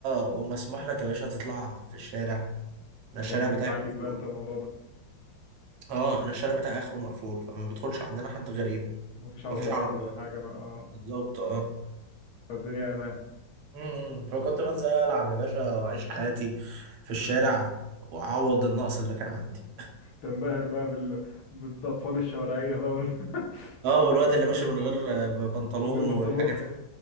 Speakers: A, on the right; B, on the left.
A: اه ومسموح لك يا باشا تطلع في الشارع
B: ده
A: انا الشارع
B: كان جديد
A: بتاعي
B: عليك
A: مقفول
B: بقى انت الموضوع ده
A: اه انا الشارع بتاعي اخره مقفول فما بيدخلش عندنا حد غريب
B: مفيش عربيات
A: مفيش عربيات
B: ولا في حاجة بقى اه
A: بالظبط اه
B: فالدنيا امان
A: امم فكنت بنزل العب يا باشا واعيش حياتي في الشارع واعوض النقص اللي كان عندي
B: تنبهر بقى بال... بالاطفال الشوارعية بقى وال...
A: اه
B: <laughs>
A: والواد
B: والشباب
A: اللي ماشي
B: البايظة
A: من غير آه، بنطلون
B: من غير بنطلون
A: والحاجات دي